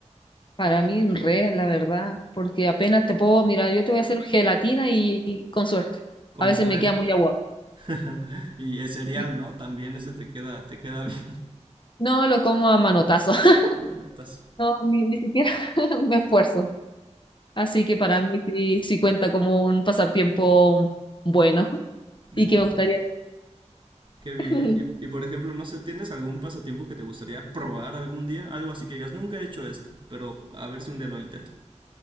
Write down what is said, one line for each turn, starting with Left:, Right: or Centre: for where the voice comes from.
Left: Para mí, re, la verdad, porque apenas te puedo, mira, yo te voy a hacer gelatina y, y con suerte.
Right: Con
Left: A veces
Right: suerte.
Left: me queda muy aguado.
Right: <laughs> Y es serial,
Left: Sí.
Right: ¿no? También ese te queda, te queda bien.
Left: No lo como a manotazo. <laughs>
Right: <laughs> Tomanotas.
Left: No, ni, ni siquiera <laughs> me esfuerzo. Así que para mí sí, sí cuenta como un pasatiempo bueno
Right: Bueno.
Left: y que me gustaría.
Right: Qué bien.
Left: <laughs>
Right: Y, y, por ejemplo, no sé, ¿tienes algún pasatiempo que te gustaría probar algún día? Algo así que digas, nunca he hecho esto, pero a ver si un día lo intento.